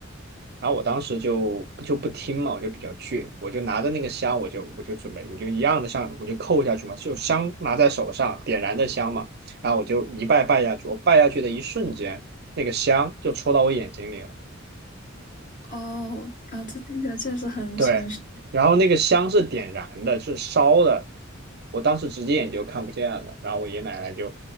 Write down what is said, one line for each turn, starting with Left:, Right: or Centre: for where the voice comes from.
Right: 然后我当时就就不听嘛，我就比较倔，我就拿着那个香，我就我就准备，我就一样的像我就扣下去嘛，就香拿在手上，点燃的香嘛，然后我就一拜拜下去，我拜下去的一瞬间，那个香就戳到我眼睛里了，
Left: 哦，啊，这听起来确实很玄学。
Right: 对，然后那个香是点燃的，是烧的，我当时直接眼就看不见了，然后我爷爷奶奶就